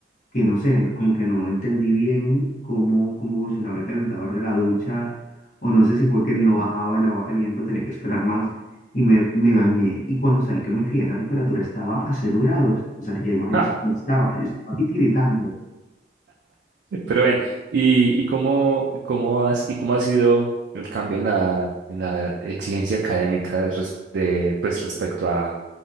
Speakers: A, on the left; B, on the right.
A: que no sé, como que no entendí bien cómo, cómo funcionaba el calentador de la ducha, o no sé si fue que no bajaba el agua caliente o tenía que esperar más, y me, me bañé, y cuando salí que me fijé, la temperatura estaba a cero grados, o sea, ya imaginas
B: Ah,
A: cómo estaba, yo estaba titiritando.
B: pero ven, ¿y, y cómo, cómo has, y cómo ha sido el cambio en la, en la exigencia académica res- de, pues, respecto a,